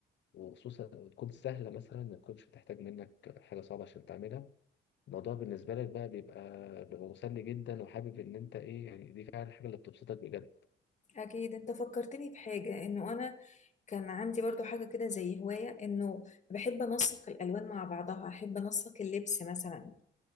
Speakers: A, on the left; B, on the left.
A: وخصوصا وتكون سهلة مثلا ما تكونش بتحتاج منك حاجة صعبة عشان تعملها الموضوع بالنسبة لك بقى بيبقى بيبقى مسلي جدا وحابب إن أنت إيه يعني دي فعلا الحاجة اللي بتبسطك بجد.
B: اكيد انت فكرتني بحاجة انه انا كان عندي برضو حاجة كده زي هواية انه بحب انسق الالوان مع بعضها احب انسق اللبس مثلا